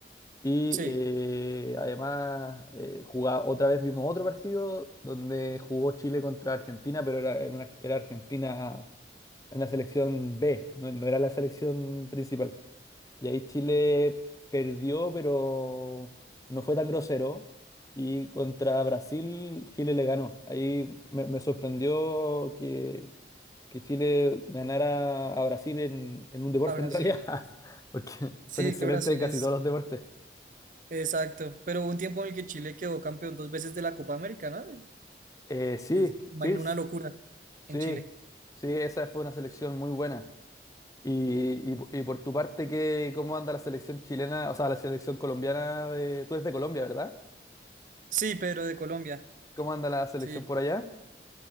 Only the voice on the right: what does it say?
Sí,
a Brasil.
Sí,
que Brasil
es
Exacto, pero hubo un tiempo en el que Chile quedó campeón dos veces de la Copa América, ¿no?
Es- Imagino
una locura
en Chile.
Sí, pero de Colombia.
Sí.